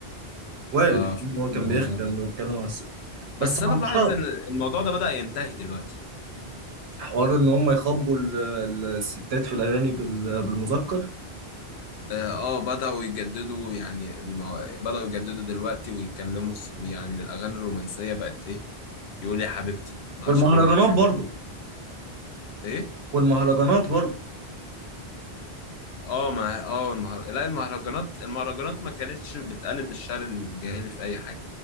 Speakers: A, on the right; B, on the left.
A: وارد
B: ففي
A: يكون هو كان
B: الموضوع
A: بيخجل
B: ده
A: انه يتكلم على الست
B: بس
A: بس عمارة
B: انا ملاحظ ان الموضوع ده بدأ ينتهي دلوقتي
A: حوار ان هم يخبوا ال- ال- الستات في الاغاني بال... بالمذكر
B: اه آه، بدأوا يجددوا يعني المو... بدأوا يجددوا دلوقتي ويتكلموا س- يعني الاغاني الرومانسية بقت ايه يقول يا حبيبتي ما
A: والمهرجانات
B: عادش بيقول يا حبيبتي
A: برضه
B: ايه
A: والمهرجانات برضه
B: اه ما اه المهر... لا المهرجانات المهرجانات ما كانتش بتقلد الشعر الجاهلي في اي حاجة